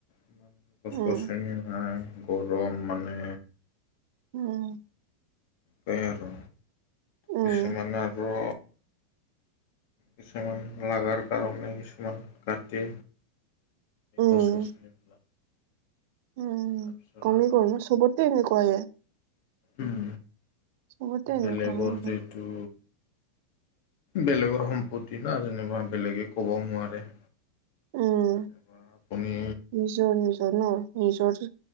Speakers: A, on the left; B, on the right.
A: ইমান গছ-গছনি
B: উম
A: নাই। গৰম মানে
B: উম।
A: সেইয়া আৰো
B: উম
A: কিছুমান আৰো কিছুমান লাগাৰ কাৰণে কিছুমান কাটি
B: উম
A: গছ <unintelligible>
B: উম
A: তাৰপিছত
B: কমে
A: আৰু
B: গল ন চবতে এনেকোৱায়ে।
A: উম
B: চবতে
A: আৰো
B: এনেকুৱা
A: বেলেগৰ
B: হৈ গ'ল
A: যিটো বেলেগৰ সম্পত্তি না যেনিবা বেলেগে ক'বও নোৱাৰে।
B: উম
A: যেনিবা আপুনি
B: নিজৰ নিজৰ না নিজৰ